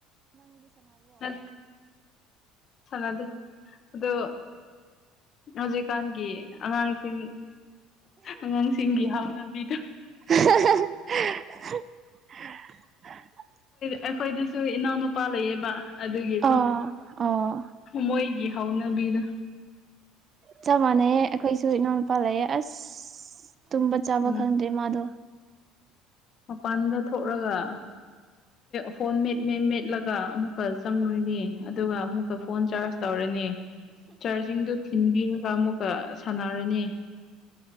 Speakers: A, on the left (about 50°); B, on the right (about 40°).
A: ꯎꯝ ꯁꯅꯗꯤ ꯑꯗꯨ ꯍꯧꯖꯤꯛꯀꯥꯟꯒꯤ ꯑꯉꯥꯡꯁꯤꯡ ꯑꯉꯥꯡꯁꯤꯡꯒꯤ ꯍꯥꯎꯅꯕꯤꯗ
B: <unintelligible>
A: ꯑꯩꯈꯣꯏꯗꯁꯨ ꯏꯅꯥꯎꯅꯨꯄꯥ ꯂꯩꯌꯦꯕ ꯑꯗꯨꯒꯤꯀꯣ
B: ꯑꯥ ꯑꯥ
A: ꯃꯣꯏꯒꯤ ꯍꯧꯅꯕꯤꯗ
B: ꯆꯞ ꯃꯥꯟꯅꯩꯌꯦ ꯑꯩꯈꯣꯏꯁꯨ ꯏꯅꯥꯎꯅꯨꯄꯥ ꯂꯩꯑꯦ ꯑꯁ ꯇꯨꯝꯕ ꯆꯥꯕ
A: ꯎꯝ
B: ꯈꯪꯗ꯭ꯔꯦ ꯃꯥꯗꯣ
A: ꯃꯄꯥꯟꯗ ꯊꯣꯛꯂꯒ ꯐꯣꯟ ꯃꯦꯠ ꯃ ꯃꯦꯠꯂꯒ ꯑꯃꯨꯛ ꯆꯪꯨꯔꯤꯅꯤ ꯑꯗꯨꯒ ꯑꯃꯨꯛꯀ ꯐꯣꯟ ꯆꯥꯔꯖ ꯇꯧꯔꯅꯤ ꯆꯥꯔꯖꯤꯡꯗꯨꯣ ꯊꯤꯟꯕꯤꯔꯒ ꯑꯃꯨꯛꯀ ꯁꯥꯟꯅꯔꯅꯤ